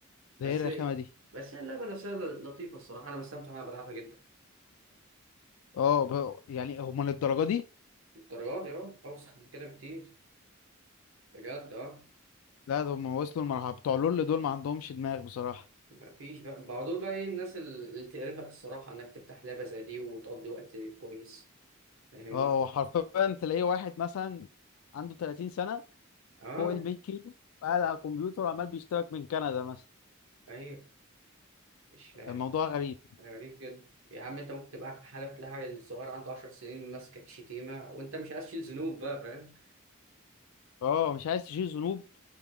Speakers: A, on the right; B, on the left.
A: بس
B: ده ايه الرخامه دي
A: بس هي اللعبه نفسها لطيفه الصراحه انا بستمتع وانا بلعبها جدا
B: اه ب... يعني هم للدرجه دي
A: الدرجات دي اه اوسخ من كده بكتير بجد اه
B: لا ده هم وصلوا المرحله بتوع لول دول ما عندهمش دماغ بصراحه
A: مفيش بقى بقى دول بقى ايه الناس ال- اللي تقرفك الصراحه انك تفتح لعبه زي دي وتقضي وقت كويس فاهمني
B: اه هو حرفيا تلاقيه واحد مثلا عنده 30 سنه
A: اه
B: فوق ال 100 كيلو قاعد على الكمبيوتر عمال بيشترك من كندا مثلا
A: ايوه مش فاهم
B: الموضوع غريب
A: غريب جدا يا عم انت ممكن تبقى في حالة تلاقي الصغير عنده 10 سنين ماسكك شتيمة وانت مش عايز تشيل ذنوب بقى فاهم
B: اه مش عايز تشيل ذنوب